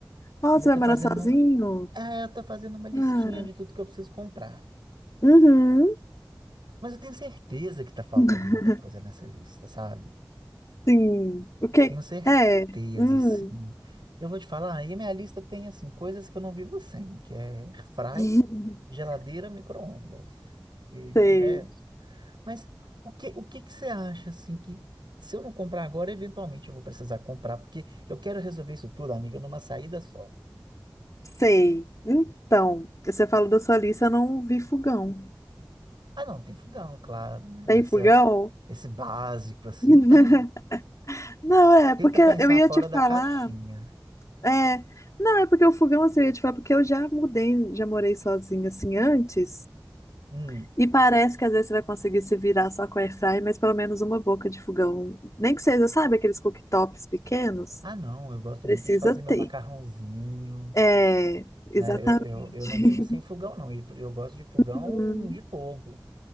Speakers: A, on the left; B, on the right.
A: Ó,
B: E
A: você
B: eu
A: vai
B: tô
A: morar
B: fazendo,
A: sozinho?
B: um- é, eu tô fazendo uma listinha
A: Ah.
B: de tudo que eu preciso comprar.
A: Uhum.
B: Mas eu tenho certeza que tá faltando
A: <laughs>
B: muita coisa nessa lista, sabe?
A: Sim. O que?
B: Tenho certeza,
A: É. Hum.
B: sim. Eu vou te falar, e a minha lista tem, assim, coisas que eu não vivo sem, que é airfry,
A: <laughs>
B: geladeira, micro-ondas, e de
A: Sei.
B: resto. Mas o que, o que que você acha, assim, que se eu não comprar agora, eventualmente eu vou precisar comprar, porque eu quero resolver isso tudo, amiga, numa saída só.
A: Sei. Então, você falou da sua lista, eu não vi fogão.
B: Ah, não, tem fogão, claro, né?
A: Tem
B: Essa,
A: fogão?
B: esse básico, assim,
A: <laughs>
B: tem.
A: Não, é,
B: Tenta
A: porque
B: pensar
A: eu ia
B: fora
A: te falar.
B: da caixinha.
A: É, não, é porque o fogão, assim, eu ia te falar, porque eu já mudei, já morei sozinha, assim, antes.
B: Hum.
A: E parece que às vezes você vai conseguir se virar só com air fry, mas pelo menos uma boca de fogão. Nem que seja, sabe, aqueles cooktops pequenos?
B: Ah, não, eu gosto
A: Precisa
B: muito de fazer meu
A: ter.
B: macarrãozinho.
A: É, exatamente.
B: né? Eu, eu, eu não
A: <laughs>
B: vivo sem fogão, não. E Eu gosto de fogão
A: Uhum.
B: de fogo.